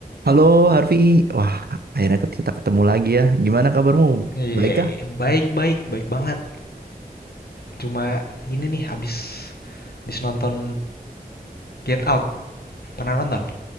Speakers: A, on the right; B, on the left.
A: Halo Harvey, wah akhirnya ket- kita ketemu lagi ya. Gimana kabarmu?
B: Iya,
A: Baik kah?
B: baik baik baik banget. Cuma ini nih abis abis nonton Get Out. Pernah nonton?